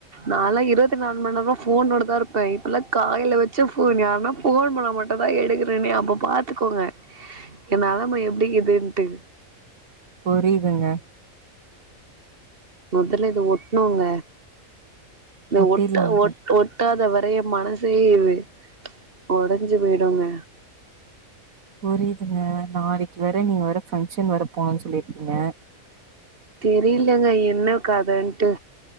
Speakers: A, on the right; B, on the right.
A: நான்ல இருபத்தி நாலு மணி நேர போனோட தான் இருப்பேன் இப்பல்லாம் காலையில வச்ச போன் யாருன்னா போன் பண்ண மட்டும் தான் எடுக்கறேன்னே அப்ப பாத்துக்கோங்க என் நெலம எப்படிக்குதுனு ட்டு
B: புரியுதுங்க
A: முதல்ல இத ஒட்னோங்க இந்த
B: ஒட்டிடலாங்க.
A: ஒட்ட ஒ ஒட்டாதவ நிறைய மனசே இது உடைஞ்சு போய்டுங்க
B: புரியுதுங்க நாளைக்கு வேற நீங்க வேற பங்க்ஷன் வேற போணும்ன்னு சொல்லிருக்கீங்க
A: தெரியலங்க என்ன கதன்ட்டு